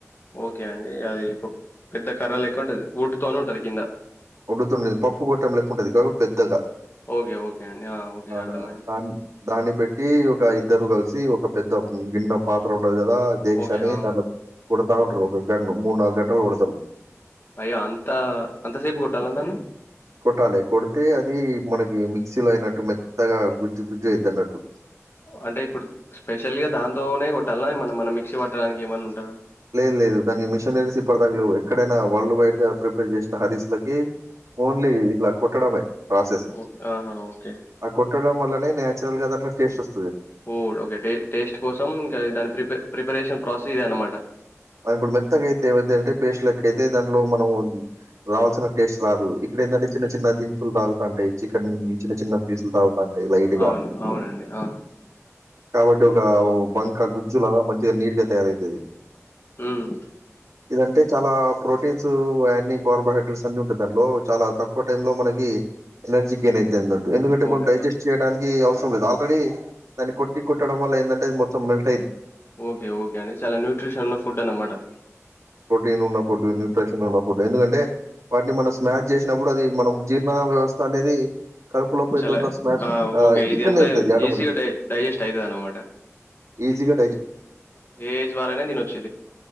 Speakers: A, on the left; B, on the right.
A: ఓకే అండి అది ఇ పెద్ద కర్ర లెక్క ఉంటంది వుడ్ తోని ఉంటది కింద
B: వుడ్ తోని పప్పు గట్ట ఉంటుది పెద్దగా
A: ఓకే ఓకే అండి ఓకే
B: ఆ
A: అర్థం అయ్యింది
B: దాన్ని దాన్ని పెట్టి ఒక ఇద్దరు కలిసి ఒక పెద్ద గిన్నె పాత్ర ఉంటది కదా డెయిషని
A: ఓకే. ఆ!
B: దాని కొడతా ఉంటారు ఒక గంట మూడు నాలుగు గంటలు కొడతారు
A: అయ్యో అంత అంతసేపు కొట్టాల దాన్ని
B: కొట్టాలి కొడితే అది <unintelligible> మెత్తగా గుజ్జ గుజ్జు అయితనట్టు
A: అంటే ఇప్పుడు స్పెషల్ గా దాంతోనే కొట్టాలనా ఏమన మన మిక్సీ వాట్టడానికి ఏమన్నా ఉంటే
B: లేదు లేదు దాని మిషన్ వేసి కోరడానికి లేవు ఎక్కడైన వరల్డ్ వైల్డ్ గా ప్రిపేర్ చేసిన ఆర్టిస్టులకే ఓన్లీ కుట్టటమే ప్రాసెస్
A: ఓకే. ఆహా! ఓకే.
B: ఆ కోట్టడం వల్లనే నే <unintelligible>
A: ఓ ఓకే టేస్ట్ కోసం ఇంకా దాని ప్రిప ప్రిపరేషన్ ప్రాసె <unintelligible> అనమాట
B: ఇప్పుడు మెత్తగా అయితే ఏ అంటే పేస్ట్ లెక్క అతే దాంలో మనము రావాల్సిన టేస్ట్ రాదు ఇక్కడ ఏంటంటే చిన్న చిన్న దిన్సులు తాగుతాంటయి చికెన్ చిన్న చిన్న పీసులు తాగుతా <unintelligible> లైట్ గా
A: అవును. అవునండి. ఆ!
B: కాబట్టి ఒక బంక గుజ్జులాగా మంచిగా నీట్గా తయారైతది
A: హ్మ్.
B: ఇదంతే చాలా ప్రోటీన్స్ యాంటీ కార్బోహైడ్రేట్స్ అన్ని ఉంటాయి దాంలో చాలా తక్కువ టైమ్ లో మనకి ఎనర్జీ గెయిన్ అయ్యితది ఎందుకు కంటే
A: ఓకే.
B: మనం డైజెస్ట్ చేయడానికి అవసరం లేదు ఆల్రెడీ దన్ని కొట్టి కుట్టడం వల్ల ఏంటంటే మొత్తం <unintelligible>
A: ఓకే ఓకే అండి చాలా న్యూట్రిషన్లు ఫుడ్ అన్న మాట
B: నిన్ ఉన్న ఫుడ్ న్యూట్రిషన్ ఉన్న ఫుడ్ ఎందుకంటే వాటిని మనం స్మాష్ చేసినప్పుడు అది మనం జీర్ణ వ్యవస్థ అనేది కడుపులో పోయిన
A: చాలా
B: తర్వాత స్మాష్
A: ఆ
B: ఆహ్,
A: ఓకే ఇది
B: ఇక్కడనే
A: అంతా
B: అయిద్దది ఆటోమేటిక్.
A: ఈజీగా డై డైజెస్ట్ ఐతది అన్నమాట
B: ఈజీగా
A: ఏ ఏజ్ వారు ఐన తినచ్చు